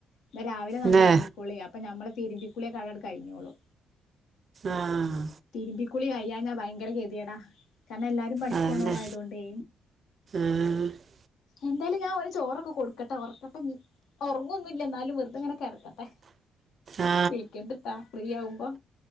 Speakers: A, on the left (about 80°); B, on the right (about 45°).
A: എന്ന രാവിലെ നല്ല
B: ന്നെ
A: ഉറങ്ങിക്കോളീ അപ്പൊ നമ്മള തിരുമ്പിക്കുളി കടാട കയിഞ്ഞോളൂ
B: ആഹ്
A: തിരുമ്പി <unintelligible> കുളി കഴിയാഞ്ഞാ ഭയങ്കര ഗതികേടാ കാരണം എല്ലാരും പണിക്കോണവരായതു
B: അതന്നെ
A: കൊണ്ടേ
B: ആഹ്
A: എന്തായാലും ഞാൻ ഒരു ചോറൊക്കെ കൊടുക്കട്ടെ ഉറക്കട്ടെ ഉറങ്ങൊന്നുമില്ല എന്നാലും വെറുതെ ഇങ്ങനെ കിടക്കട്ടെ
B: ആഹ്
A: വിളിക്കേണ്ടിട്ടാ ഫ്രീ ആവുമ്പോ